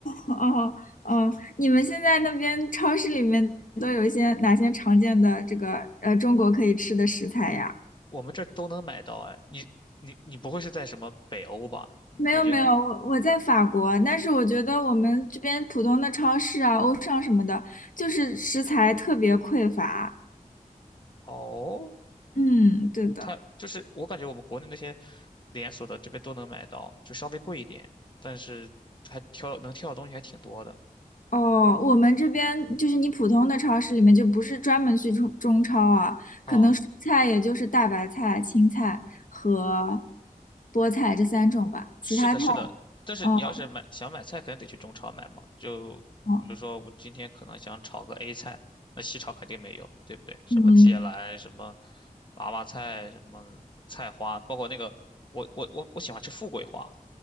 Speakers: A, on the left (about 70°); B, on the left (about 35°).
A: 哦哦，你们现在那边超市里面都有一些哪些常见的这个呃中国可以吃的食材呀？
B: 我们这儿都能买到，哎，你你你不会是在什么北欧吧？嗯感觉
A: 没有没有，我我在法国，但是我觉得我们这边普通的超市啊、欧尚什么的，就是食材特别匮乏。
B: 哦，
A: 嗯，对的。
B: 它就是我感觉我们国内那些连锁的这边都能买到，就稍微贵一点，但是还挑能挑的东西还挺多的
A: 哦，我们这边就是你普通的超市里面就不是专门去中中超啊，可能蔬菜也就是大白菜、
B: 啊。
A: 青菜和菠菜这三种吧，其他菜，
B: 是的，是的，但是你要是买想买菜，
A: 哦
B: 肯定得去中超买嘛。就比如说，
A: 哦，
B: 我今天可能想炒个 A 菜，那西超肯定没有，对不对？什么芥兰，
A: 嗯，
B: 什么娃娃菜，什么菜花，包括那个我我我我喜欢吃富贵花，